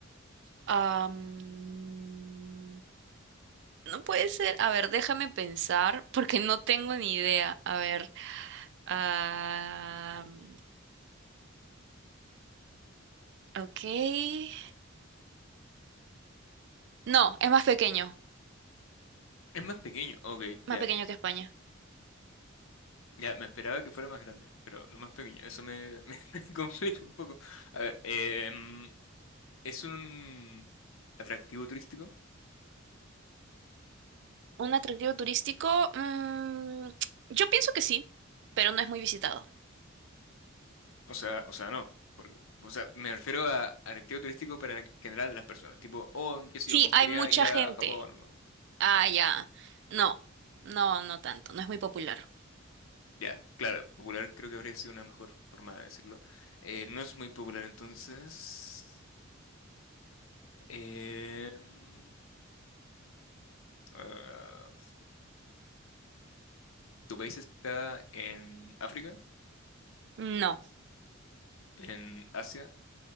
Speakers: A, on the right (about 60°); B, on the left (about 75°).
A: Am, no puede ser. A ver, déjame pensar porque no tengo ni idea. A ver. am, ok. No, es más pequeño.
B: Es más pequeño, ok,
A: Más
B: ya.
A: pequeño que España.
B: Ya, me esperaba que fuera más grande, pero no más pequeño. Eso me, <laughs> me complica un poco. A ver, em, ¿es un atractivo turístico?
A: ¿Un atractivo turístico? mm, yo pienso que sí, pero no es muy visitado.
B: O sea, o sea, no. Porque, o sea, me refiero a atractivo turístico para el general de las personas. Tipo, oh, en qué sé
A: Sí,
B: yo, me gustaría
A: hay mucha
B: ir a
A: gente.
B: Japón. o-
A: Ah, ya. No, no, no tanto. No es muy popular.
B: Ya, claro, popular creo que habría sido una mejor forma de decirlo. Eh, no es muy popular, entonces. em, ah, ¿tu país está en África?
A: No.
B: en Asia,